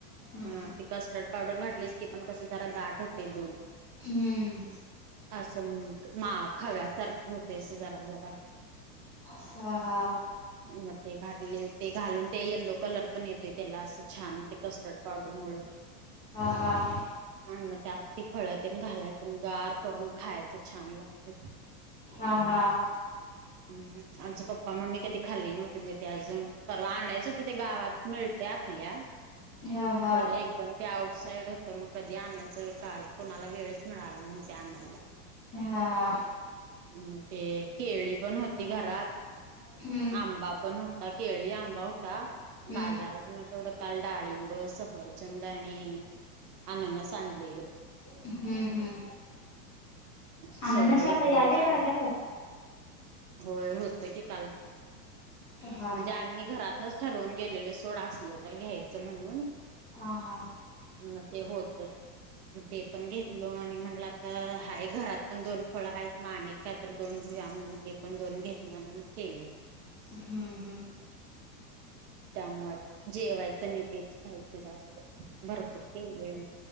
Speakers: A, on the left; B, on the right.
A: हम्म
B: हा
A: हम्म
B: ती कस्टर्ड पावडर घातलीस की पण कस जरा दाट होते दूध
A: हम्म
B: असं मा खव्यासारखे होतय अस जरा जरा
A: हा हा
B: मग ते घातले ते घालून ते यलो कलर पण येते त्याला असं छान ते कस्टर्ड पावडर मुळं
A: हां
B: आणि मग त्यात त फळ तेन घालायचं गार करून खायचं छान लागत <inaudible>
A: हा हा
B: हम् आमचे पप्पा मम्मी कधी खाल्ली नव्हती बई ते अजून परवा आणायच होते ते गावात मिळ ते आपल्या
A: हा हा
B: खरं एकदम ते आउट साईड होतं मग कधी आणायचं काळ कोणाला वेळच मिळाला नाही ते आणायला
A: हा हा
B: अ ते केळी पण होती घरात
A: हम्म
B: आंबा पण होता केळी आंबा होता
A: हम्म
B: बाजारातनं तेवढं काल, डाळिंब, सफरचंद आणि अननस आणलेलं
A: हम्म हम्म
B: सगळं
A: अननस
B: एकदमच
A: आता यालय
B: आलंय
A: बाजारात
B: होय होतं की काल
A: हा
B: म्हणजे
A: हा
B: आम्ही घरातनच ठरवून गेलेलो सोड असलं तर घ्यायचं म्हणून
A: हा हा
B: म ते होतच मग ते पण घेतलो आणि म्हटलं आता हाय घरात पण दोन फळं आहेत मा आणि तर दोन घेऊया म्हणलं ते पण दोन घेतलं अन मग केलं
A: हम्म हम्म
B: त्यामुळ जेवायचं नि तेच खायचं जास्त भरपूर केलय